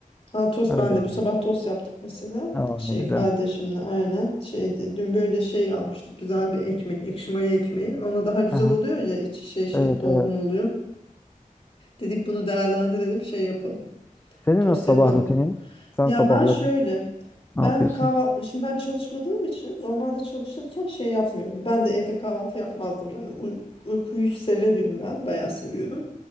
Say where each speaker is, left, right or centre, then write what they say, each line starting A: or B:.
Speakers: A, on the left; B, on the left.
A: Ha, tost
B: Öyle.
A: ben de bu sabah tost yaptık mesela.
B: Aa,
A: Şey
B: ne güzel.
A: kardeşimle aynen şeydi. Dün böyle şey almıştık güzel bir ekmek, ekşi maya ekmeği. Ona daha güzel
B: Aha.
A: oluyor ya içi şey şey
B: Evet
A: dolgun
B: evet.
A: oluyor. Dedik bunu değerlendirelim şey yapalım.
B: Senin
A: Tost
B: nasıl sabah
A: yapalım.
B: rutinin? Sen
A: Ya
B: sabahları
A: ben şöyle
B: ne
A: ben
B: yapıyorsun?
A: kahvaltı şimdi ben çalışmadığım için normalde çalışırken şey yapmıyordum. Ben de evde kahvaltı yapmazdım yani. Uy- uykuyu severim ben bayağı seviyorum.